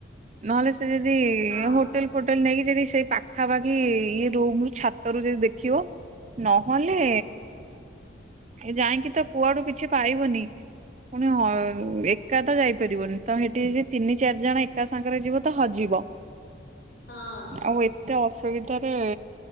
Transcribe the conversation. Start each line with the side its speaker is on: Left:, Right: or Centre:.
Right: ନହେଲେ ସେ ଯଦି
Left: ହଁ।
Right: ହୋଟେଲ ଫୋଟେଲ ନେଇକି ଯଦି ସେ ପାଖାପାଖି ଇ ରୁମ ଛାତରୁୁ ଯଦି ଦେଖିବ ନହେଲେ
Left: ହଁ।
Right: ଏ ଯାଇକି ତ କୁଆଡୁ କିଛି ପାଇବୁନି। ପୁଣି ହ ଏକା ତ ଯାଇପାରିବନି ତ ସେଠି ତିନି ଚାରି ଜଣ ଏକା ସାଙ୍ଗରେ ଯିବ ତ ହଜିବ।
Left: ହଁ
Right: ଆଉ ଏତେ ଅସୁବିଧାରେ